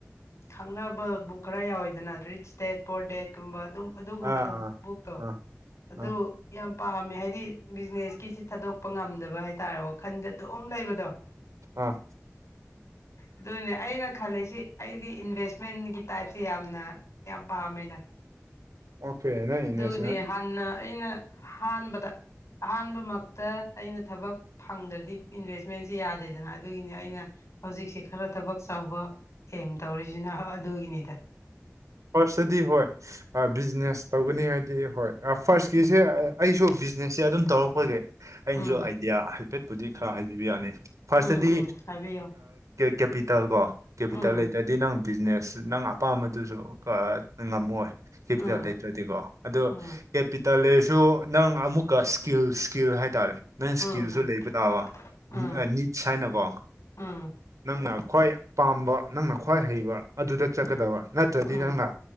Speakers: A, on the left; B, on the right.
A: ꯈꯪꯅꯕ ꯕꯨꯛ ꯈꯔ ꯌꯥꯎꯋꯦꯗꯅ ꯔꯤꯆ ꯗꯦꯠ ꯄꯣꯔ ꯗꯦꯠꯀꯨꯝꯕ ꯑꯗꯨꯝ ꯑꯗꯨꯒꯨꯝꯕ
B: ꯑꯥ
A: ꯊꯕ
B: ꯑꯥ
A: ꯛꯇꯣ
B: ꯑꯥ
A: ꯑꯗꯨ
B: ꯑꯥ
A: ꯌꯥꯝ ꯄꯥꯝꯃꯦ ꯍꯥꯏꯗꯤ ꯕꯤꯖꯤꯅꯦꯁꯀꯤꯁꯤ ꯊꯥꯗꯣꯛꯄ ꯉꯝꯗꯕ ꯍꯥꯏꯇꯥꯔꯦꯀꯣ ꯈꯟꯗ ꯑꯗꯨꯝ ꯂꯩꯕꯗꯣ
B: ꯑꯥ
A: ꯑꯗꯨꯅꯦ ꯑꯩꯅ ꯈꯜꯂꯤꯁꯤ ꯑꯩꯗꯤ ꯏꯟꯚꯦꯁꯃꯦꯟꯒꯤ ꯇꯥꯏꯞꯁꯤ ꯌꯥꯝꯅ ꯌꯥꯝ ꯄꯥꯝꯃꯦ <unintelligible>
B: ꯑꯣꯀꯦ ꯅꯪ ꯏꯟꯚꯦꯁꯃꯦꯟ
A: ꯑꯗꯨꯅꯦ ꯍꯥꯟꯅ ꯑꯩꯅ ꯑꯍꯥꯟꯕꯗ ꯑꯍꯥꯟꯕ ꯃꯛꯇ ꯑꯩꯅ ꯊꯕꯛ ꯐꯪꯗ꯭ꯔꯗꯤ ꯏꯟꯚꯦꯁꯃꯦꯟꯁꯤ ꯌꯥꯗꯦꯗꯅ ꯑꯗꯨꯒꯤꯅꯤ ꯑꯩꯅ ꯍꯧꯖꯤꯛꯁꯤ ꯈꯔ ꯊꯕꯛ ꯆꯥꯎꯕ ꯑꯦꯝ ꯇꯧꯔꯤꯁꯤꯅ ꯑꯗꯨꯒꯤꯅꯤꯗ
B: ꯐꯥꯔꯁꯇꯗꯤ ꯍꯣꯏ ꯕꯤꯖꯤꯅꯦꯁ ꯇꯧꯒꯅꯤ ꯍꯥꯏꯗꯤ ꯍꯣꯏ ꯐꯥꯔꯁꯀꯤ ꯁꯦ ꯑꯩꯁꯨ ꯕꯤꯖꯤꯅꯦꯁꯁꯦ ꯑꯗꯨꯝ ꯇꯧꯔꯛꯄꯒꯤ ꯑꯩꯅꯁꯨ
A: ꯎꯝ
B: ꯑꯥꯏꯗꯤꯌꯥ ꯍꯥꯏꯐꯦꯠꯄꯨꯗꯤ ꯈꯔ ꯍꯥꯏꯕꯤꯕ ꯌꯥꯅꯤ ꯐꯔꯁꯗꯤ
A: ꯎꯝ ꯎꯝ ꯍꯥꯏꯕꯤꯌꯣ
B: ꯀꯦꯄꯤꯇꯦꯜ ꯀꯣ ꯀꯦꯄꯤꯇꯦꯜ
A: ꯎꯝ
B: ꯂꯩꯇ꯭ꯔꯗꯤ ꯅꯪ ꯕꯤꯖꯤꯅꯦꯁ ꯅꯪ ꯑꯄꯥꯝꯕꯗꯨꯁꯨ ꯉꯝꯃꯣꯏ ꯀꯦꯄꯤꯇꯦꯜ
A: ꯎꯝ
B: ꯂꯩꯇ꯭ꯔꯗꯤꯀꯣ ꯑꯗꯣ
A: ꯎꯝ
B: ꯇꯂꯔꯁꯨ ꯅꯪ ꯑꯃꯨꯛꯀ ꯁ꯭ꯀꯤꯜ ꯁ꯭ꯀꯤꯜ ꯍꯥꯏꯇꯥꯔꯦ ꯅꯪ ꯏꯁ꯭ꯀꯤꯜꯁꯨ
A: ꯎꯝ ꯎꯝ
B: ꯂꯩꯕ ꯇꯥꯕ
A: ꯎꯝ
B: ꯅꯤꯠꯁ ꯍꯥꯏꯅꯀꯣ
A: ꯎꯝ
B: ꯅꯪꯅ ꯈ꯭ꯋꯥꯏ ꯄꯥꯝꯕ ꯅꯪꯅ ꯈ꯭ꯋꯥꯏ ꯍꯩꯕ ꯑꯗꯨꯗ ꯆꯠꯀꯗꯕ ꯅꯠꯇ꯭ꯔꯗꯤ
A: ꯎꯝ
B: ꯅꯪꯅ